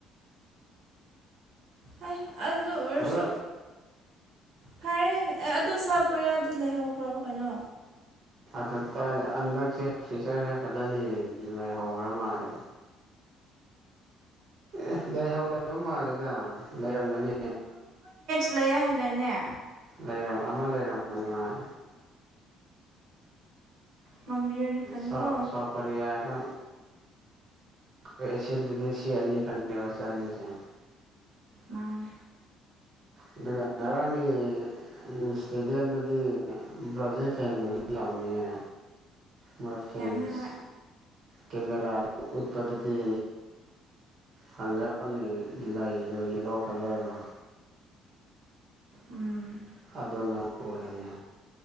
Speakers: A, on the right; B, on the right.
A: ꯍ ꯑꯗꯨ ꯑꯣꯏꯔꯁꯨ
B: ꯑꯗꯣ
A: ꯐꯔꯦ ꯑꯗꯨ ꯀꯔꯤꯌꯥꯗꯤ ꯂꯩꯍꯧꯈ꯭ꯔꯕ ꯀꯩꯅꯣ
B: ꯑꯗꯨꯇꯥꯔꯗꯤ ꯍꯟꯗꯛꯁꯦ ꯐꯤꯆꯔꯁꯦ ꯐꯖꯅ ꯌꯦ ꯂꯩꯍꯧꯈ꯭ꯔ ꯃꯥꯜꯂꯦ ꯑꯦ ꯂꯩꯍꯧꯗꯕ ꯃꯥꯜꯂꯦꯗ ꯂꯩꯔꯝꯒꯅꯤ
A: ꯂꯩꯌꯦꯦ ꯍꯥꯏꯅꯏꯅꯦ
B: ꯂꯩ ꯑꯃ ꯂꯩꯔꯝꯕꯅꯤ ꯍꯣꯏ
A: ꯉꯝꯕꯤꯔꯗꯤ ꯐꯅꯤꯀꯣ
B: ꯁ ꯁꯄꯔꯤꯌꯥ ꯑꯗꯨ ꯑꯦꯁꯤ ꯗꯦꯁꯤ ꯑꯅꯤ ꯈꯪꯉꯅꯕ ꯆꯜꯂꯤꯁꯦ
A: ꯃꯥꯅꯦ
B: ꯑꯗꯨꯒ ꯉꯔꯥꯡꯒꯤ ꯏꯁꯇꯦꯗꯤꯌꯝꯗ ꯕ꯭ꯔꯖꯦ ꯐꯦ ꯌꯥꯝꯃꯤꯃꯦ ꯃ ꯐꯦꯟꯁ
A: ꯌꯥꯝꯃꯦ ꯍꯣꯏ
B: ꯀꯦꯃꯦꯔꯥ ꯎꯠꯄꯊꯗꯤ ꯍꯥꯡ ꯏꯂ ꯏꯗꯣ ꯌꯦꯂꯣ ꯀꯂꯔ
A: ꯎꯝ
B: ꯑꯗꯅ ꯁꯅ